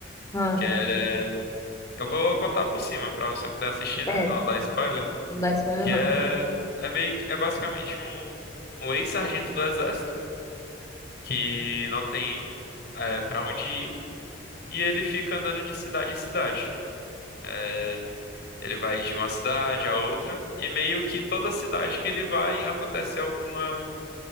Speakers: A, on the left; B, on the left.
A: ah.
B: que ela é Eu vou contar por cima pra você poder assistir,
A: É,
B: né? Não dar spoiler.
A: não dá spoiler,
B: Que
A: não.
B: é, é meio que é basicamente um, um ex-sargento do exército que não tem é, para onde ir e ele fica andando de cidade em cidade. É, Ele vai de uma cidade a outra e meio que toda cidade que ele vai acontece alguma